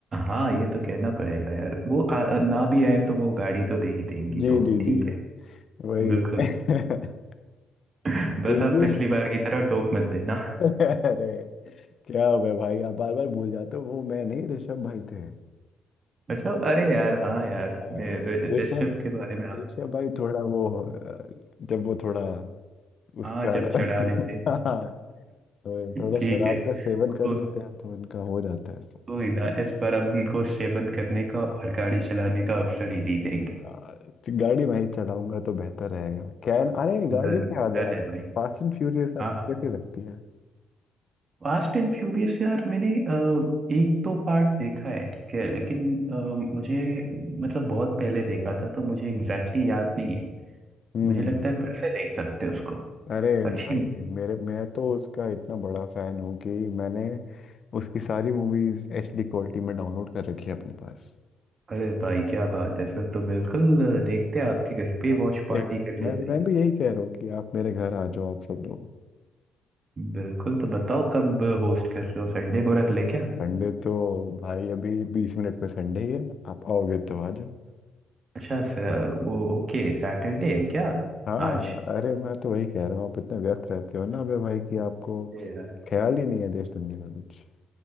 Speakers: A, on the right (about 40°); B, on the left (about 50°).
A: हाँ ये तो कहना पड़ेगा यार वो आ, ना भी आए तो वो गाड़ी तो दे ही देंगी
B: जी
A: तो
B: जी
A: ठीक
B: जी
A: है
B: वही
A: बिल्कुल
B: <laughs>
A: <laughs> बस
B: उनकी
A: आप पिछली बार की तरह टोक मत देना
B: <laughs> अरे क्या हो गया भाई आप बार बार भूल जाते हो वो मैं नहीं ऋषभ भाई थे
A: अच्छा अरे यार हाँ यार
B: हाँ,
A: मैं रि-
B: ऋषभ
A: ऋषभ के बारे में आप
B: ऋषभ भाई थोड़ा वो अ, जब वो थोड़ा उसका
A: हाँ
B: <laughs>
A: जब चढ़ा लेते <laughs>
B: हाँ, तो थोड़ा
A: ठीक
B: शराब
A: है को,
B: का सेवन कर लेते हैं तो उनका हो जाता है
A: कोई ना इस बार हम उनको सेवन करने का और गाड़ी चलाने का अवसर ही दे देंगे
B: आ, गाड़ी मैं ही चलाऊंगा तो बेहतर रहेगा क्या है ना- अरे
A: धन
B: गाड़ी से याद
A: धन
B: है आप
A: है भाई
B: फास्ट एंड फ्यूरियस आपको
A: हाँ हाँ
B: कैसी लगती है
A: फास्ट एंड फ्यूरियस यार मैंने अ, एक दो पार्ट देखा है ठीक है लेकिन अ, मुझे मतलब बहुत पहले देखा था तो मुझे एग्जैक्टली exactly याद नहीं है
B: हम्म
A: मुझे
B: हम्म।
A: लगता है फिर से देख सकते हैं उसको
B: अरे
A: अच्छी
B: भाई मेरे मैं तो उसका इतना बड़ा फैन हूँ कि मैंने उसकी सारी मूवीज एचडी क्वालिटी में डाउनलोड कर रखी है अपने पास
A: अरे भाई क्या बात है फिर तो बिल्कुल अ, देखते हैं आपके घर पे
B: हाँ
A: वॉच पार्टी
B: एक
A: कर लेते
B: मैं मैं
A: हैं
B: भी यही कह रहा हूँ कि आप मेरे घर आ जाओ आप सब लोग
A: बिल्कुल तो बताओ कब होस्ट कर रहे हो संडे को रख ले क्या
B: संडे तो भाई अभी बीस मिनट में संडे ही है आप आओगे तो आ जाओ
A: अच्छा स- वो ओके सैटरडे है क्या
B: हाँ हाँ,
A: आज
B: अरे मैं तो वही कह रहा हूँ आप इतने व्यस्त रहते हो ना अबे भाई कि आपको
A: ए यार,
B: ख्याल ही नहीं है देश दुनिया का कुछ